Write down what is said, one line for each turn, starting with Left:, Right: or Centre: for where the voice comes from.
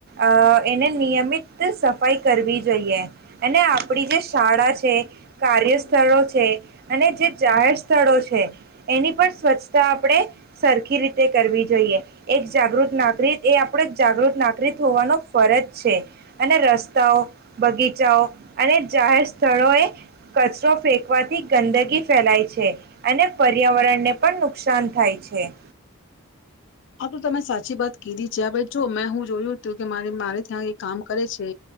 Right: અ એને નિયમિત સફાઈ કરવી જોઈએ અને આપણી જે શાળા છે કાર્યસ્થળો છે અને જે જાહેર સ્થળો છે એની પણ સ્વચ્છતા આપણે સરખી રીતે કરવી જોઈએ. એક જાગૃત નાગરિક એ આપણે જાગૃત નાગરિક હોવાનો ફરજ છે, અને રસ્તાઓ, બગીચાઓ, અને જાહેર સ્થળોએ કચરો ફેંકવાથી ગંદગી ફેલાય છે, અને પર્યાવરણને પણ નુકસાન થાય છ છે.
Left: આ તો તમે સાચી વાત કીધી. જ્યા હવે જો જો મેં હું જોયું હતું કે મારે-મારે ત્યાં કામ કરે છે,